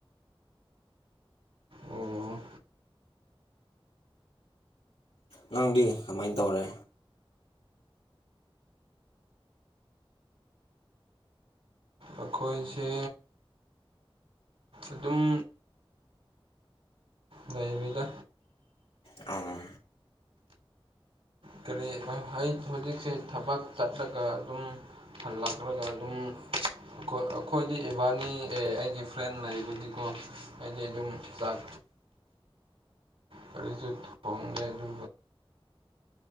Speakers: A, on the right; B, on the left.
A: ꯑꯣ
B: ꯅꯪꯗꯤ ꯀꯃꯥꯏꯅ ꯇꯧꯔꯦ
A: ꯑꯩꯈꯣꯏꯁꯦ ꯑꯗꯨꯝ ꯅꯩꯕꯤꯗ
B: ꯑ
A: ꯀꯔꯤ ꯍꯧꯖꯤꯛꯁꯦ ꯊꯕꯛ ꯆꯠꯂꯒ ꯑꯗꯨꯝ ꯍꯜꯂꯛꯇ꯭ꯔꯒ ꯑꯗꯨꯝ ꯑꯩꯈꯣꯏꯗꯤ ꯏꯕꯥꯅꯤ ꯑꯦ ꯑꯩꯒꯤ ꯐ꯭ꯔꯦꯟ ꯂꯩꯕꯒꯤꯀꯣ ꯑꯗꯨꯝ ꯆꯥꯛ ꯀꯔꯤꯁꯨ ꯊꯣꯡꯒꯦ ꯑꯗꯨ